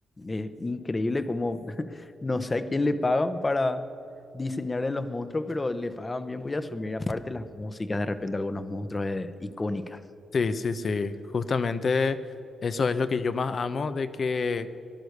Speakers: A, on the left (about 30°); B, on the left (about 55°).
A: Eh, increíble como, <laughs> no sé a quién le pagan para diseñarle los monstruos, pero le pagan bien, voy a asumir. Aparte las músicas, de repente algunos monstruos eh, icónicas.
B: Sí, sí, sí. Justamente eso es lo que yo más amo de que